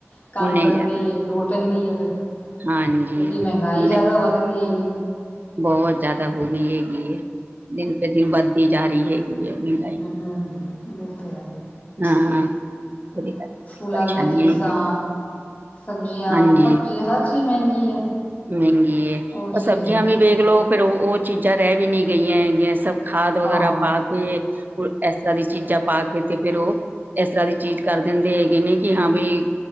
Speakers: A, on the left (about 35°); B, on the right (about 40°).
A: ਕੰਮ
B: ਓਨੇ
A: ਕਰਨ
B: ਜ਼ਿਆਦਾ
A: ਦੀ ਲੋੜ ਪੈਂਦੀ ਆ ਫੇਿਰ
B: ਹਾਂਜੀ
A: ਕਿਉਂਕਿ ਮਹਿੰਗਾਈ
B: ਓਨੇ
A: ਜਿਆਦਾ ਵੱਧ ਗਈ ਇੰਨੀ
B: ਬਹੁਤ ਜਿਆਦਾ ਹੋ ਗਈ ਹੈਗੀ ਹੈ ਦਿਨ ਪ ਦਿਨ ਵਧਦੀ ਜਾ ਰਹੀ ਹੈਗੀ ਹੈ ਮਹਿੰਗਾਈ
A: ਹਮ ਉਹ ਤੇ ਹੈ
B: ਹਾਂ
A: ਸਕੂਲਾਂ
B: ਉਹਦੇ ਕਰਕੇ ਬੜੀ ਪਰੇਸ਼ਾਨੀ
A: ਦੀਆਂ ਫੀਸਾਂ
B: ਆਈ ਹੈ
A: ਸਬਜ਼ੀਆਂ
B: ਹਾਂਜੀ
A: ਸਭ ਚੀਜ਼ ਹਰ ਚ ਕਿੇ ਮਹਿੰਗੀ ਹੈ
B: ਮਹਿੰਗੀ
A: ਉਹ
B: ਪਰ
A: ਚੀਜ਼
B: ਸਬਜ਼ੀਆਂ
A: ਹੈ
B: ਵੀ ਵੇਖ ਲਓ ਫਿਰ ਉਹ ਚੀਜ਼ਾਂ ਰਹਿ ਵੀ ਨਹੀਂੀ ਗਈਆਂ ਹੈਗੀਆਂ ਸਭ ਖਾਦ ਵਗੈਰਾ
A: ਹਾਂ
B: ਪਾ ਕੇ ਇਸ ਤਰ੍ਹਾਂ ਦੀ ਚੀਜ਼ਾਂ ਪਾ ਕੇ ਤੇ ਫੇਰ ਉਹ ਇਸ ਤਰ੍ਹਾਂ ਦੀ ਚੀਜ਼ ਕਰ ਦਿੰਦੇ ਹੈਗੇ ਨੇ ਕਿ ਹਾਂ ਬਈ